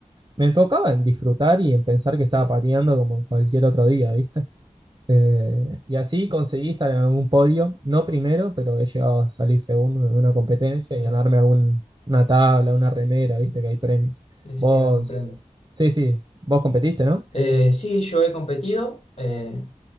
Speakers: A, on the right; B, on the left.
A: me enfocaba en disfrutar y en pensar que estaba
B: sí,
A: pateando como cualquier otro día, ¿viste? Eh, y así conseguí estar en algún podio, no primero, pero he llegado a salir segundo en una competencia
B: mira,
A: y ganarme algún, una tabla, una remera, viste que hay premios. Vos,
B: sí algún premio.
A: sí, sí, vos competiste, ¿no?
B: Eh, sí, yo he competido, eh,